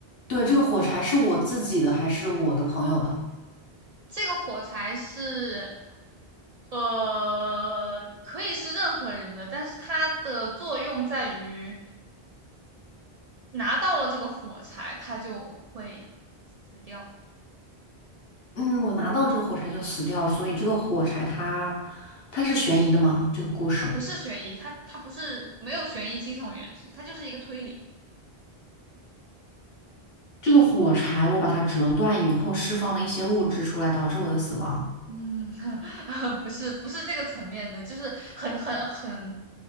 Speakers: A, on the left; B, on the right.
A: 对，这个火柴是我自己的还是我的朋友的？
B: 这个火柴是，呃，可以是任何人的，但是它的作用在于拿到了这个火柴，它就会死掉
A: 嗯，我拿到这个火柴就死掉，所以这个火柴它它是悬疑的吗？这个故事，
B: 啊，不是悬疑，它它不是没有悬疑惊悚元素，它就是一个推理。
A: 这个火柴我把它折断以后，释放了一些物质出来，导致我的死亡。
B: 嗯，<laughs> 不是不是这个层面的，就是很很很